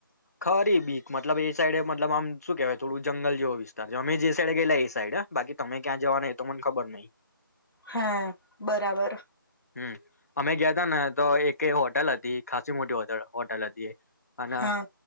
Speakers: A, on the left (about 45°); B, on the left (about 80°).
A: ખરી બી મતલબ એ સાઈડે મતલબ આમ શું કહેવાય થોડું જંગલ જેવો વિસ્તાર છે અમે જે સાઈડે ગયલા એ સાઈડ બાકી તમે ક્યાં જવા ન તો મને ખબર નહી.
B: હા બરાબર.
A: હમ્મ અમે ગયા હતા ને તો એક હોટલ હતી ખાસી મોટી હોટલ હોટલ હતી હના
B: હા